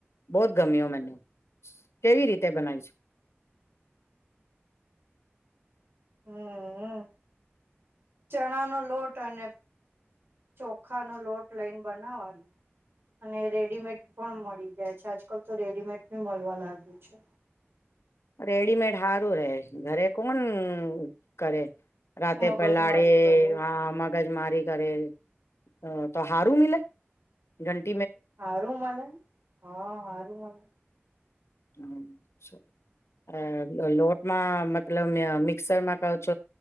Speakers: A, on the left (about 85°); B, on the right (about 60°).
A: બહોત ગમ્યો મને. કેવી રીતે બનાઈ છ? <inaudible>
B: હમ્મ-હમ્મ, ચણા નો લોટ અને ચોખા નો લોટ લઈન બનાવવાની. અને રેડીમેડ પણ મળી જાય છે. આજકાલ તો રેડીમેડ ભી મલવા લાગ્યું છે.
A: રેડીમેડ હારું રહે. ઘરે કોણ કરે! રાતે
B: મગજ
A: પલાડે
B: મારી કરે
A: આ <unintelligible> મગજમારી કરે. અહ તો હારું મીલે? <unintelligible>
B: હારું મલેન, હા સારું મલે.
A: હમ્મ <unintelligible> અહ લોટમાં મતલબ મ મિક્સરમાં કછ